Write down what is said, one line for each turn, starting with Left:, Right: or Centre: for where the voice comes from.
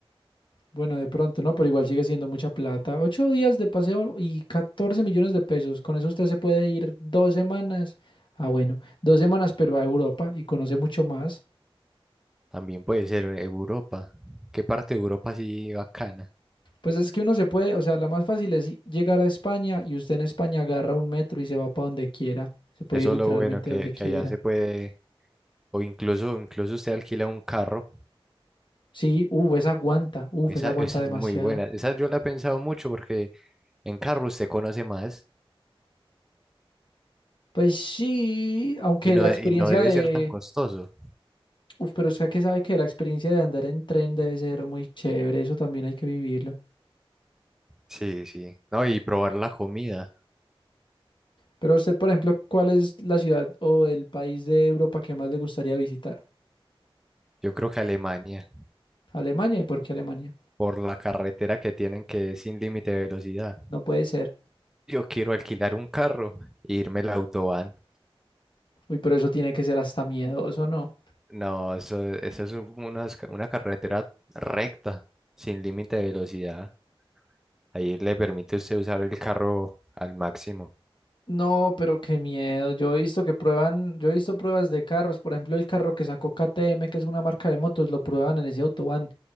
Left: Bueno, de pronto, no, pero igual sigue siendo mucha plata. Ocho días de paseo y 14 millones de pesos. Con eso usted se puede ir dos semanas. Ah, bueno, dos semanas, pero a Europa y conoce mucho más.
Centre: También puede ser en Europa. ¿Qué parte de Europa sí bacana?
Left: Pues es que uno se puede, o sea, la más fácil es llegar a España y usted en España agarra un metro y se va para donde quiera. Se puede
Centre: Eso
Left: ir literalmente
Centre: es lo bueno que,
Left: donde
Centre: que
Left: quiera.
Centre: allá se puede, o incluso, incluso usted alquila un carro
Left: Sí, uff, esa aguanta, uff,
Centre: Esa,
Left: esa aguanta
Centre: esa
Left: demasiado.
Centre: es muy buena. Esa yo la he pensado mucho porque en carro usted conoce más
Left: Pues sí, aunque
Centre: y no,
Left: la
Centre: de-
Left: experiencia
Centre: y no debe
Left: de,
Centre: ser tan costoso.
Left: uff, pero usted que sabe que la experiencia de andar en tren debe ser muy chévere, eso también hay que vivirlo.
Centre: Sí, sí. No, y probar la comida.
Left: Pero usted, por ejemplo, ¿cuál es la ciudad o el país de Europa que más le gustaría visitar?
Centre: Yo creo que Alemania,
Left: Alemania, ¿y por qué Alemania?
Centre: por la carretera que tienen que es sin límite de velocidad.
Left: No puede ser.
Centre: Yo quiero alquilar un carro e irme al autobahn.
Left: Uy, pero eso tiene que ser hasta miedoso, ¿no?
Centre: No, eso, eso es un- una, esca- una carretera recta, sin límite de velocidad. Ahí le permite usted usar el carro al máximo.
Left: No, pero qué miedo. Yo he visto que prueban, yo he visto pruebas de carros, por ejemplo, el carro que sacó KTM, que es una marca de motos, lo prueban en ese autobahn.